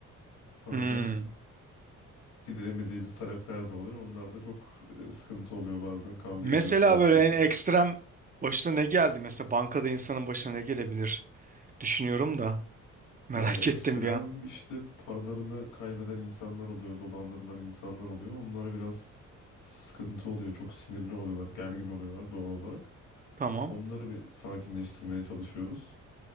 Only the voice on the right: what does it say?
Hmm.
Mesela
böyle en ekstrem başına ne geldi? Mesela bankada insanın başına ne gelebilir? Düşünüyorum da merak
ettim bir an.
Tamam,